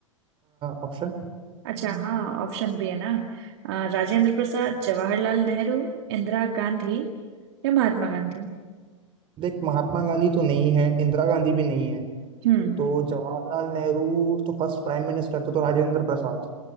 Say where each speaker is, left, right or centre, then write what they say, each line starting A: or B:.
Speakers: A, on the right; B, on the right.
A: ऑप्शन
B: अच्छा हाँ ऑप्शन भी है ना अ, राजेंद्र प्रसाद जवाहरलाल नेहरू इंदिरा गांधी या महात्मा गांधी
A: देख महात्मा गांधी तो नहीं है इंदिरा गांधी भी नहीं है
B: हम्म
A: तो जवाहरलाल नेहरू तो फर्स्ट प्राइम मिनिस्टर थे तो राजेंद्र प्रसाद